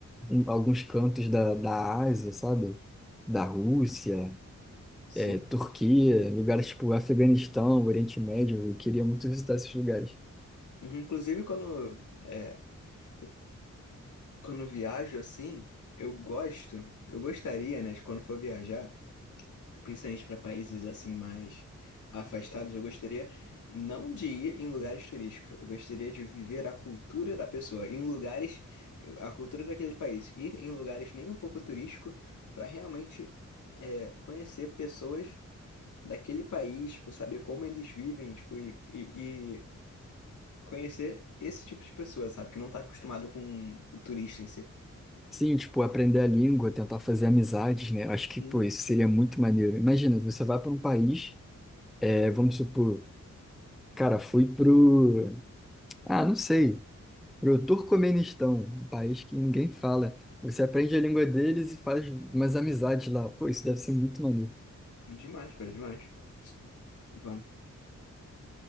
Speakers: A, in the centre; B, on the left (about 75°).
A: em alguns cantos da, da Ásia, sabe? Da Rússia,
B: Sim.
A: é, Turquia, lugares tipo Afeganistão, Oriente Médio, eu queria muito visitar esses lugares.
B: Uhum, Inclusive, quando, é, eu- quando eu viajo assim, eu gosto, eu gostaria, né, de quando for viajar. principalmente para países assim mais afastados, eu gostaria não de ir em lugares turísticos, eu gostaria de viver a cultura da pessoa, em lugares, a cultura daquele país, ir em lugares nem um pouco turístico para realmente é, conhecer pessoas daquele país, tipo, saber como eles vivem, tipo, e, e- e conhecer esse tipo de pessoa, sabe, que não está acostumado com o turista em si.
A: Sim, tipo, aprender a língua, tentar fazer amizades, né? Acho que,
B: Hum,
A: pô, isso seria muito maneiro. Imagina, você vai para um país, é, vamos supor, cara, fui pro... Ah, não sei. Para o Turcomenistão, um país que ninguém fala. Você aprende a língua deles e faz umas amizades lá. Pô, isso deve ser muito maneiro.
B: Demais, cara, demais. Vamos.